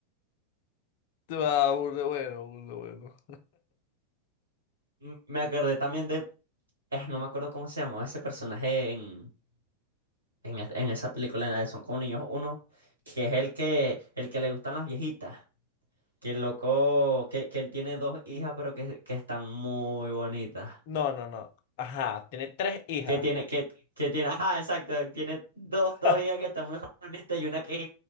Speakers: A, on the left; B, on the right.
A: Ah, burda bueno, burda bueno.
B: M- Me acordé también de, eh, no me acuerdo cómo se llamaba ese personaje en, en, es- en esa película, en la de Son como niños uno, que es el que, el que le gustan las viejitas, que el loco, que, que él tiene dos hijas, pero que, que están muy bonitas.
A: No, no, no. Ajá, tiene tres hijas.
B: Que tiene, que, que tiene, ajá, exacto, tiene dos, dos
A: <laughs>
B: hijas que están muy bonitas y una que es